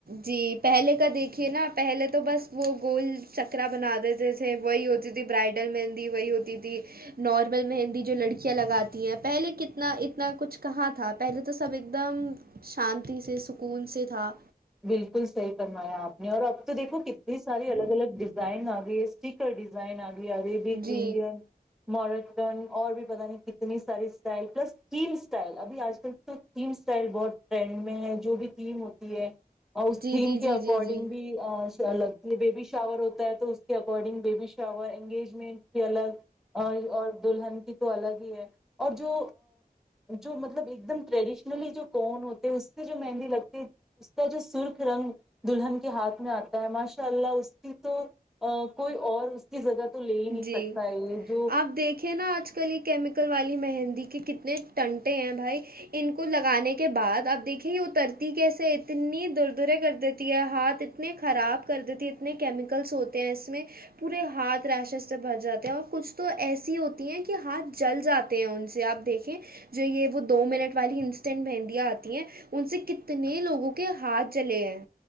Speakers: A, on the right; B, in the centre.
A: جی پہلے کا دیکھیے نا آپ پہلے تو بس وہ گول چکرا بنا دیتے تھے وہی ہوتی تھی برائڈل مہندی وہی ہوتی تھی نارمل مہندی جو لڑکیاں لگاتی ہیں پہلے کتنا اتنا کچھ کہاں تھا پہلے تو سب ایک دم شانتی سے سکون سے تھا
B: بالکل صحی کرمایا آپ نے اور اب تو دیکھو کتنی ساری الگ الگ ڈیزائن آگئی اسٹیکر ڈیزائن آگئی عربک
A: جی
B: انڈین مورٹرن اور بھی پتہ نہیں کتنی ساری اسٹائل پلس تھیم اسٹائل ابھی آج کل تو تھیم اسٹائل بہت ٹرینڈ میں ہے جو بھی تھیم ہوتی ہے اور اس
A: جی
B: تھیم
A: جی
B: کے
A: جی
B: اکارڈنگ
A: جی جی
B: بھی الگ بیبی شاور ہوتا ہے تو اس کے اکارڈنگ بیبی شاور انگیجمنٹ کی الگ اور دلہن کی تو الگ ہی ہے اور جو جو مطلب ایک دم ٹریڈیشنلی جو کون ہوتے اس سے جو مہندی لگتی جو سرخ رنگ دلہن کے ہاتھ میں آتا ہے ماشاء اللہ اس کی تو کوئی اور اس کی جگہ تو لے ہی نہیں
A: جی
B: سکتا یہ جو
A: آپ دیکھیے نا آج کل یہ کیمیکل والی مہندی کے کتنے ٹنٹے ہیں بھائی ان کو لگانے کے بعد اب دیکھیے یہ اترتی کیسے ہے اتنی دور دورے کر دیتی ہے ہاتھ اتنے خراب کر دیتی ہے اتنے کیمیکلس ہوتے ہیں اس میں پورے ہاتھ تھریشز سے بھر جاتے ہیں اور کچھ تو ایسی ہوتی ہیں کہ ہاتھ جل جاتے ہیں ان سے آپ دیکھیں جو یہ وہ دو منٹ والی انسٹینٹ مہندیاں آتی ہیں ان سے کتنے لوگوں کے ہاتھ جلے ہیں